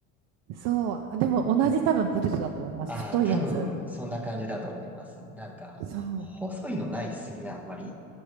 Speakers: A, on the right; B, in the centre.
A: そう。でも同じ多分ポテトだと思います。
B: ああ、
A: 太いやつ。
B: 多分、そんな感じだと思います。なんか、
A: そう。
B: 細いのないっすよね、あんまり。